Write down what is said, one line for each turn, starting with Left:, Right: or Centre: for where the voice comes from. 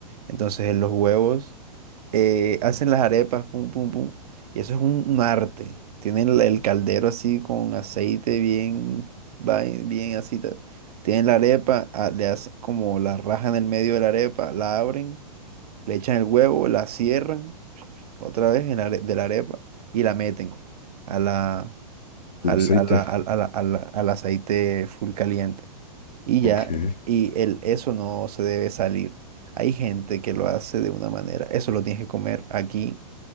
Right: Entonces, los huevos eh, hacen las arepas, pum, pum, pum. Y eso es un, un arte. Tienen el, el caldero así con aceite bien, vai- bien así. ta- Tienen la arepa, ah, le hacen como la raja en el medio de la arepa, la abren, le echan el huevo, la cierran otra vez en la are- de la arepa y la meten a la, al,
Left: El aceite.
Right: a la- al, a la- a la- al aceite full caliente. Y ya,
Left: Ok.
Right: y el, eso no se debe salir. Hay gente que lo hace de una manera, eso lo tienes que comer aquí